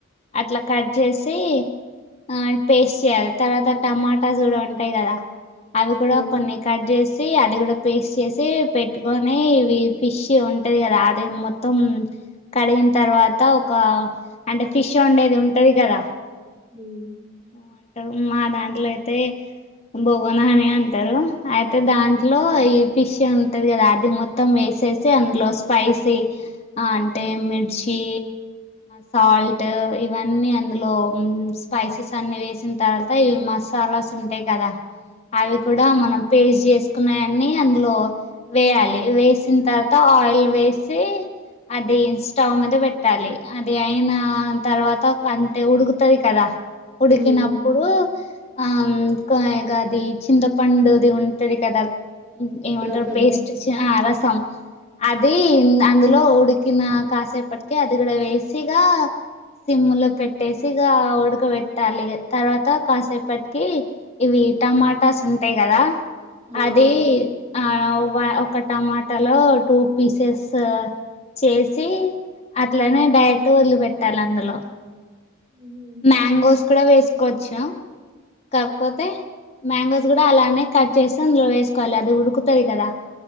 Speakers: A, on the left (about 30°); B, on the right (about 35°).
A: అట్లా కట్
B: ఆ
A: చేసి ఆ పేస్ట్ చేయాలి తర్వాత టమాటా చూడ ఉంటాయి కదా అవి కూడా
B: అవును
A: కొన్ని కట్ చేసి అది కూడా పేస్ట్ చేసి పెట్టుకొని ఇవి ఫిష్ ఉంటది కదా అది మొత్ త్తం కడిగిన తర్వాత ఒక అంటే ఫిష్ ఉండేది ఉంటది కదా
B: ఊ
A: ఏమంటారు మా దాంట్లో అయితే బొగోన అని అంటారు అయితే
B: బాండి
A: దాంట్లో ఈ ఫిష్ ఉంటది కదా అది మొత్తం వేసేసి అందులో స్పైసీ ఆ అంటే మిర్చి సాల్ట్ ఇవన్నీ అందులో స్పైసెస్ అన్ని వేసిన తర్వాత ఇ మస్ తాలాస్ ఉంటాయి కదా అవి
B: అవును
A: కూడా మనం పేస్ట్ చేసుకున్నాయన్ని అందులో వేయాలి వేసిన తర్వాత ఆయిల్ వేసి అది స్టవ్ మీద పెట్టాలి అది అయిన తర్వాత అంతే ఉడుకుతది కదా ఉడికినప్పుడు
B: ఉమ్
A: ఆ ఇంగా అది చింతపండుది ఉంటది కదా ఏమంటారు
B: రసం
A: పేస్ట్ ఆ రసం అది అందులో ఉడికిన కాసేపటికి అది కూడా వేసిగా సిమ్ము లో పెట్టేసి ఇక ఉడక పెట్టాలి ఇగ తర్వాత కాసేపటికి కి ఇవి టమాటాస్ ఉంటాయి కదా
B: ఆ
A: అది ఆవా ఒక టమాటా లో టూ పీసెస్ చేసి అట్లనే డైరెక్ట్ వదిలిపెట్టాలి అందులో
B: ఉహు.
A: మ్యాంగోస్ కూడా వేసుకోవచ్చు కాకపోతే మ్యాంగోస్ కూడా అలానే కట్ చేసి ఇందులో వేసుకోవాలి అది ఉడుకుతది కదా